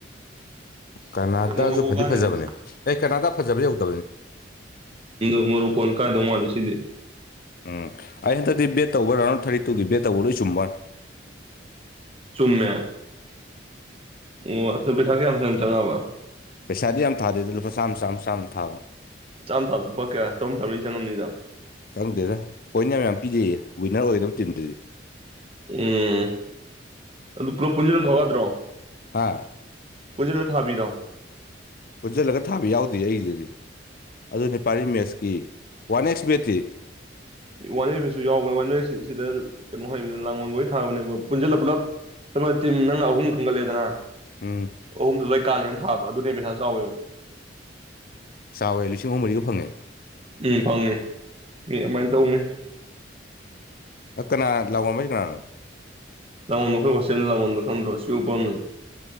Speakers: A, on the left (about 50°); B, on the right (about 30°).
A: ꯀꯅꯥꯇꯥꯁꯨ
B: ꯃꯣꯔꯣꯛꯀꯣ
A: ꯐꯗꯤ
B: ꯀꯥꯅꯤꯗ
A: ꯐꯖꯕꯅꯦ ꯑꯦ ꯀꯅꯥꯗꯥ ꯐꯖꯕꯗꯤ ꯌꯧꯗꯕꯅꯤ
B: ꯎꯝ ꯃꯔꯨꯀꯣꯟ ꯀꯥꯏꯗꯣ ꯃꯥꯗ ꯁꯤꯗꯤ
A: ꯎꯝ ꯑꯩ ꯍꯟꯗꯛꯇꯤ ꯕꯦꯠ ꯇꯧꯕ ꯔꯥꯎꯟ ꯊꯥꯔꯇꯤ ꯇꯨꯒꯤ ꯕꯦꯠ ꯇꯧꯕ ꯂꯣꯏ ꯁꯨꯝꯕꯟ
B: ꯆꯨꯝꯃꯦ ꯑꯣ ꯑ ꯊꯥ ꯀ ꯐ ꯆꯉꯕ
A: ꯄꯩꯁꯥꯗꯤ ꯌꯥꯝ ꯊꯥꯗꯦꯗ ꯂꯨꯄꯥ ꯆꯥꯝꯃ ꯆꯥꯝ ꯆꯥꯝ ꯊꯥꯕ
B: ꯆꯥꯝ ꯊꯥꯄ ꯀꯌꯥ ꯆꯝ ꯊꯅꯤꯅ ꯆꯪꯂꯝꯝꯅꯤꯗ
A: ꯈꯪꯗꯦꯗ ꯄꯣꯏꯟ ꯌꯥꯝ ꯌꯥꯝ ꯄꯤꯖꯩꯌꯦ ꯋꯤꯟꯅꯔ ꯑꯣꯏꯗꯕ ꯇꯤꯝꯗꯨꯗꯤ
B: ꯎꯝ ꯑꯗꯨ ꯄꯣ ꯄꯨꯖꯤ ꯊꯋꯥꯗ꯭ꯔꯣ
A: ꯍꯥ
B: ꯄꯨꯖꯅ ꯊꯥꯕꯤꯗꯥ
A: ꯄꯨꯟꯁꯤꯜꯂꯒ ꯊꯥꯕ ꯌꯥꯎꯗꯦ ꯑꯩꯒꯤꯗꯗꯤ ꯑꯗꯨꯅꯦꯄꯥꯔꯤ ꯃꯁꯀꯤ ꯋꯥꯟ ꯑꯦꯛꯁ ꯕꯇ꯭ꯔꯤ
B: ꯋꯥꯟꯔꯁꯤꯁꯨ ꯌꯥꯎꯕꯅꯦ ꯋꯥꯟ ꯁꯤꯗ ꯀꯩꯅꯣ ꯍꯥꯏꯕꯅꯤꯅ ꯂꯥꯡꯜꯕꯩ ꯊꯥꯕꯅꯦꯕ ꯄꯨꯟꯁꯤꯜꯂ ꯄꯨꯂꯞ ꯅꯪꯅ ꯑꯍꯨꯝ ꯈꯪꯒꯠꯂꯦꯗꯅ
A: ꯎꯝ
B: ꯑꯍꯨꯝꯗꯨ ꯂꯣꯏ ꯀꯥꯂꯦꯅ ꯊꯥꯕ ꯑꯗꯨꯅꯦ ꯄꯩꯁꯥ ꯆꯥꯎꯋꯦ
A: ꯆꯋꯏ ꯂꯤꯁꯤꯡ ꯍꯨꯝ ꯃꯔꯤꯒ ꯐꯪꯉꯦ
B: ꯎꯝ ꯐꯪꯉꯦ ꯃꯤ ꯑꯗꯨꯃꯥꯏꯅ ꯇꯧꯅꯤ
A: ꯑ ꯀꯅꯥ ꯂꯥꯎꯑꯣꯕ ꯀꯅꯥꯅꯣ
B: ꯂꯃꯟꯗꯈꯩ ꯍꯣꯁ ꯂꯃꯟꯗ ꯈꯪꯗꯁꯤ ꯎ ꯄꯥꯝꯅ